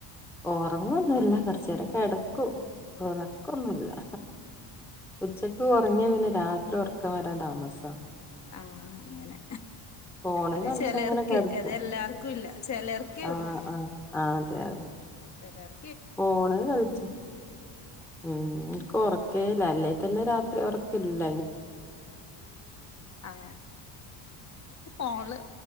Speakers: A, in the centre; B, on the left.
A: ഓറങ്ങൊന്നുല്ല കൊറച്ചേരം കെടക്കും ഉറക്കൊന്നുംല്ല ഉച്ചക്ക് ഒറങ്ങിയ പിന്നെ രാത്രി ഉറക്കം വരാൻ താമസാ
B: ആഹ് അങ്ങനെ
A: ഫോണ്
B: അത്
A: കളിച്ചങ്ങനെ
B: ചെലർക്ക്
A: കിടക്കും
B: അതെല്ലാർക്കും ഇല്ല ചെലർക്കേ
A: ആ
B: ഒള്ളൂ
A: ആ ആ അതെ അതെ
B: തെല്ലാർ
A: ഫോണ് കളിച്ച് ഉം ൻകൊറക്കേല്ല അല്ലേ തന്നെ രാത്രി ഒറക്കില്ല
B: ആ ഇനിപ്പോ ഫോണില്